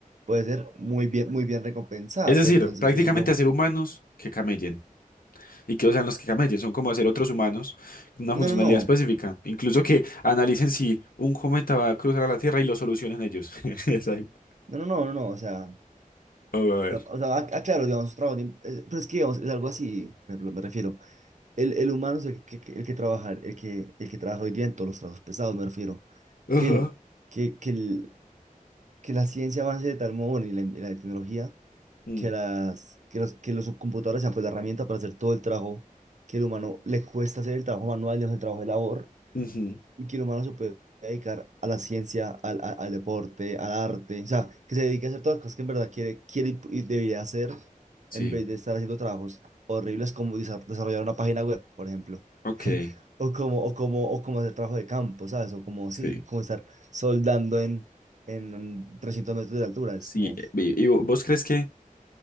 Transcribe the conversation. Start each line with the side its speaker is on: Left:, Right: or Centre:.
Right: puede ser muy bien, muy bien recompensada.
Left: Es decir,
Right: Pero entonces
Left: prácticamente
Right: yo digo,
Left: hacer humanos que camellen. y que usan los que cacamayes, son como hacer otros humanos con una
Right: no,
Left: funcionalidad
Right: no, no,
Left: específica. Incluso que analicen si un cometa va a cruzar a la Tierra y lo solucionen ellos. <laughs> Exacto.
Right: no, no, no, no, no, o sea,
Left: Oh, a ver.
Right: o sea, ah, ah, claro, digamos, trabajo, de- eh, pero es que digamos, es algo así, por ejemplo, me refiero. El, el humano es el que, que- el que trabajar, el que, el que trabaja hoy día en todos los trabajos pesados, me refiero.
Left: Ajá.
Right: Que el, que, que el, que la ciencia avance de tal modo, bueno, y la, y la tecnología,
Left: Mm,
Right: que, las, que, los, que los computadores sean pues la herramienta para hacer todo el trabajo que el humano le cuesta hacer, el trabajo manual, digamos, el trabajo de labor
Left: ujú.
Right: y que el humano se puede dedicar a la ciencia, al, a- al deporte, al arte, o sea, que se dedique a hacer todas las cosas que en verdad quiere, quiere y y debería hacer
Left: Sí,
Right: en vez de estar haciendo trabajos horribles como desa- desarrollar una página web, por ejemplo.
Left: ok,
Right: <laughs> O como, o como, o como hacer trabajo de campo, ¿sabes? O como,
Left: sí.
Right: sí, como estar soldando en, en 300 metros de altura, es
Left: Sí,
Right: como,
Left: eh, y, y vo- vos crees que